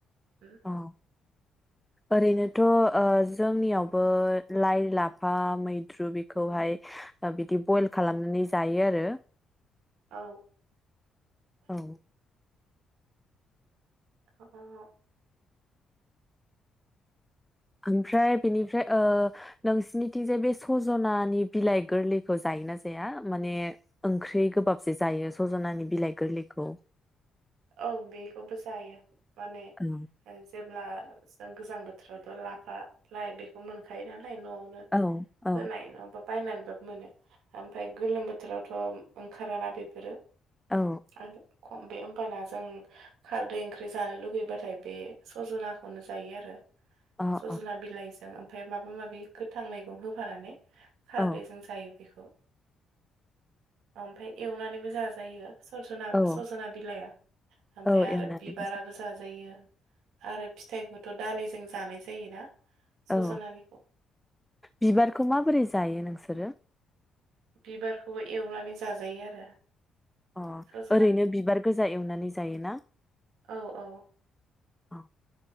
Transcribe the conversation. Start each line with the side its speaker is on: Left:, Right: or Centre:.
Right: उम,
Centre: अ ओरैनो थ' जोंनियावबो लाइ लाफा मैद्रु बेखौहाय बिदि बयल खालामनानै जायो आरो।
Right: औ।
Centre: औ
Right: अ
Centre: ओमफ्राय बेनिफ्राय ओ‌ नोंसिनिथिंजाय बे सजनानि बिलाइ गोरलैखौ जायोना जाया माने ओंख्रि गोबाब‌ जे जायो सजनानि बिलाइ गोरलैखौ।
Right: औ बेखौबो जायो माने
Centre: औ
Right: ओ जेब्ला औ। ओ गोजां बोथोरावथ' लाफा लाइ बेखौ मोनखायो नालाय। नाय न'आवनो
Centre: औ औ
Right: फोनाय नङाबा बायनानैबो मोनो ओमफफ्राय गोलोम बोथोरावथ' ओंखाराना बेफोरो।
Centre: औ
Right: आरो खम बे। होमबाना जों खारदै ओंख्रि जानो लुगैबाथाय बे सजनाखौनो जायो आरो।
Centre: औ
Right: सजना बिलाइजों ओमफ्राय माबा माबि गोथां मैगं होफानानै खारदैजों
Centre: औ
Right: जायो। बेखौ ओमफ्राय एवनानैबो जाजायो। सजना
Centre: औ
Right: सजना बिलाइआ ओमफ्राय
Centre: औ
Right: आरो
Centre: एवनानैबो
Right: बिबाराबो
Centre: जा
Right: जाजायो। बियो आरो फिथाइखौथ' दालिजों जानाय जायोना? सज'नानिखौ
Centre: औ बिबारखौ माबोरै जायो नोंसोरो?
Right: बिबारखौबो एवनानै जाजायो आरो।
Centre: अह
Right: सज'नानिखौ
Centre: ओरैनो बिबार गोजा एवनानै जायोना
Right: औ औ
Centre: औ